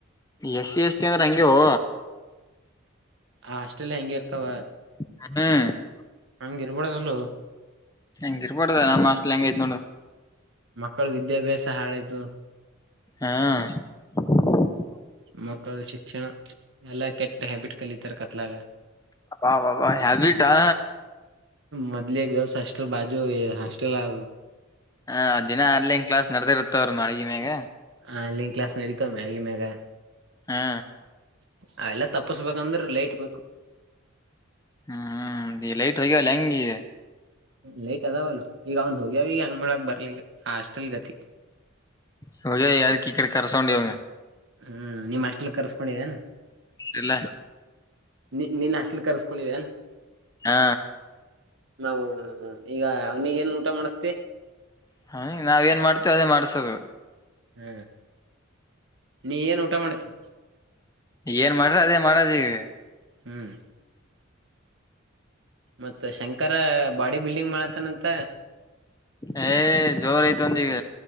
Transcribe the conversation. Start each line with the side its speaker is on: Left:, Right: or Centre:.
Left: ಎಸ್ ಸಿ ಎಸ್ ಟಿ ಅಂದ್ರೆ ಹಂಗೆವು
Right: ಆ ಹಾಸ್ಟೆಲ್ ಹಂಗೆ ಇರ್ತವೊ
Left: <unintelligible>
Right: ಹಂಗ್ ಇರ್ಬದಲ್ಲು
Left: ಹೆಂಗ ಇರ್ಬಡ್ದ್ ನಮ್ಮ ಹಾಸ್ಟ್ಲ ಹೆಂಗೈತ್ ನೋಡು
Right: ಮಕ್ಕಳು ವಿದ್ಯಾಭ್ಯಾಸ ಹಾಳಾಯಿತು
Left: ಹಾ <unintelligible>
Right: ಮಕ್ಕಳು ಶಿಕ್ಷಣ ಎಲ್ಲ ಕೆಟ್ಟ ಹ್ಯಾಬಿಟ್ ಕಲಿತಾರ ಕತ್ಲಾಗ
Left: ಅಬ ಅಬ್ಬ ಹ್ಯಾಬಿಟಾ
Right: ಮೊದಲಿ ಗರ್ಲ್ಸ್ ಅಷ್ಟ್ ಬಾಜು ಹಾಸ್ಟೆಲ್ ಆ
Left: ಹ ಅ ದಿನ ಆನ್ಲೈನ್ ಕ್ಲಾಸ್ ನಡೆದಿರುತ್ತ ಅವ್ರು ಮನೆನ್ಯಾಗ.
Right: Online class ನಡಿತವ್ ಮ್ಯಗನ್ಯಾಗ.
Left: ಹಾ
Right: ಅವ ಎಲ್ಲಾ ತಪ್ಪಸ್ಬೇಕಂದ್ರೆ ಲೈಟ್ ಬೇಕು.
Left: ಹ್ಮ್ ದಿ ಲೈಟ್ ಹೋಗ್ಯಾವ ಲಂಗಿ.
Right: ಲೇಟ್ ಅದಾವಲ್ಲ ಈಗ ಅವಂದ್ ಹೋಗ್ಯಾವ ಈಗ ಹೆಂಗ ಮಾಡಕ್ ಬರ್ಲಿ ಈಗ ಹಾಸ್ಟೆಲ್ ಗತಿ.
Left: ಹೊಯ್ ಯದಕ್ಕೆ ಈ ಕಡೆ ಕರಸೊಂಡಿವ್.
Right: ಹ್ಮ್ ನಿಮ್ ಹಾಸ್ಟೆಲ್ಲ ಕರ್ಸ್ಕೊಂಡಿದ್ದೇನ.
Left: ಇಲ್ಲ.
Right: ನೀ ನೀನ್ ಹಾಸ್ಟೆಲ್ ಕರ್ಸ್ಕೊಂಡಿದ್ದೇನಾ.
Left: ಹಾ
Right: ನಾವವು ಈಗ ಅವನಿಗ ಏನ್ ಊಟ ಮಾಡಿಸ್ತೀ.
Left: ಹ ನಾವ ಏನ್ ಮಾಡ್ತೇವ ಅದೇ ಮಾಡಸದು.
Right: ಹ್ಮ ನೀ ಏನ್ ಊಟ ಮಾಡ್ತೀ.
Left: ಏನ್ ಮಾಡ್ರಿ ಅದೇ ಮಾಡದ ಈಗ.
Right: ಹ್ಮ್ ಮತ್ತ ಶಂಕರ ಬಾಡಿ ಬಿಲ್ಡಿಂಗ್ ಮಾಡತ್ತನಂತ.
Left: ಏ ಜೋರ್ ಐತ ಒಂದ ಈಗ.